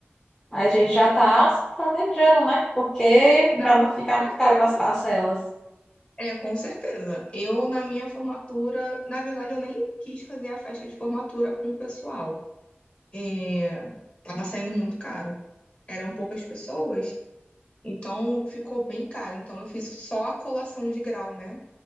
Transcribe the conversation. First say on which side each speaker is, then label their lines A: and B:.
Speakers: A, on the left; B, on the left.
A: a gente já está planejando, né? Porque
B: não,
A: para não ficar
B: com certeza.
A: muito caro as parcelas.
B: É, com certeza. Eu, na minha formatura, na verdade, eu nem quis fazer a festa de formatura com o pessoal. É, tava saindo muito caro. Eram poucas pessoas, então ficou bem caro. Então eu fiz só a colação de grau, né?